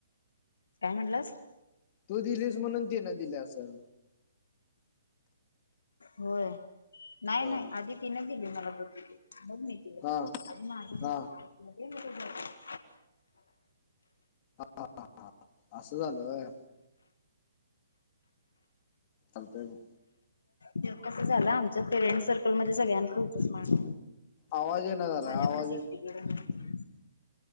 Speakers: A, on the left; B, on the left.
A: काय म्हणलास.
B: तू दिलीस म्हणून तिनं दिली असलं.
A: होय नाही
B: हा
A: नाही आधी तिने दिली मला बघ मग मी. दिल
B: हा हा
A: आणि माझं झालं
B: हा
A: आ मग <inaudible>
B: हा हा हा अस झालं वय. चालतंय मग
A: ते कस झालं आमच्या फ्रेंड सर्कल मध्ये सगळ्यांकडे होतंच स्मार्ट
B: आवाज येईना झालाय
A: माझ्याकडच
B: आवाज
A: एकटी
B: येईना
A: कड नव्हतं